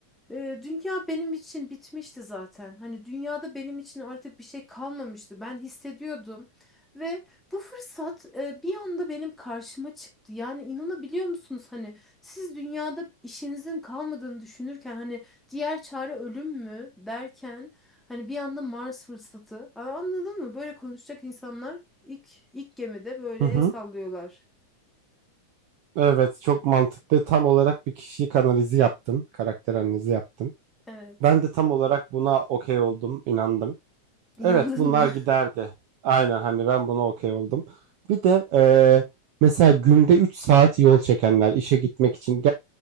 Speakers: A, in the centre; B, on the right (about 75°).
A: ee, dünya benim için bitmişti zaten. Hani dünyada benim için artık bir şey kalmamıştı. Ben hissediyordum. Ve bu fırsat e, bir anda benim karşıma çıktı. Yani inanabiliyor musunuz? Hani siz dünyada işinizin kalmadığını düşünürken hani diğer çare ölüm mü derken hani bir anda Mars fırsatı. Aa, Anladın mı? Böyle konuşacak insanlar ilk ilk gemide böyle
B: Hı hı.
A: el sallıyorlar.
B: Evet, çok mantıklı. Tam olarak bir kişilik analizi yaptın, karakter analizi yaptın.
A: Evet.
B: Ben de tam olarak buna okey oldum, inandım.
A: İnandın
B: Evet, bunlar
A: mı?
B: giderdi. Aynen hani ben buna okey oldum. Bir de eee, mesela günde 3 saat yol çekenler işe gitmek için